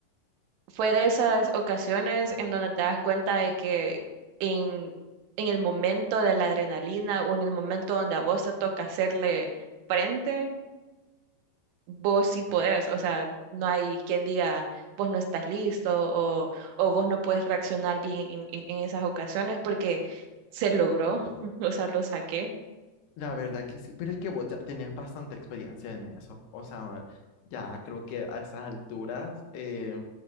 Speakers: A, on the right; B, on the left.
A: fue de esas ocasiones en donde te das cuenta de que en, en el momento de la adrenalina o en el momento donde a vos te toca hacerle frente, vos sí podés. O sea, no hay quien diga vos no estás listo o, o vos no puedes reaccionar bien en, en- en esas ocasiones porque se logró, <laughs> o sea, lo saqué.
B: La verdad que sí, pero es que vos ya tenés bastante experiencia en eso. O sea, ya creo que a esas alturas, eh,